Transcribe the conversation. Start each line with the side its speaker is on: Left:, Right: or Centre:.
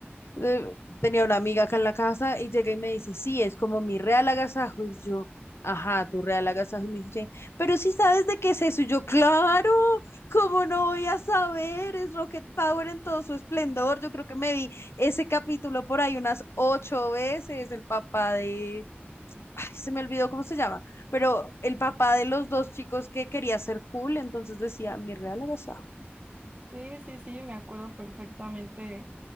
Left: Eh, tenía una amiga acá en la casa y llega y me dice, sí, es como mi real agasajo. Y yo, ajá, tu real agasajo. Y me dice, pero sí sabes de qué es eso. Y yo, claro, ¿cómo no voy a saber? Es Rocket Power en todo su esplendor. Yo creo que me vi ese capítulo por ahí unas ocho veces, el papá de ay, se me olvidó cómo se llama, pero el papá de los dos chicos que quería ser cool, entonces decía, mi real agasajo.
Right: Sí, sí, sí, me acuerdo perfectamente.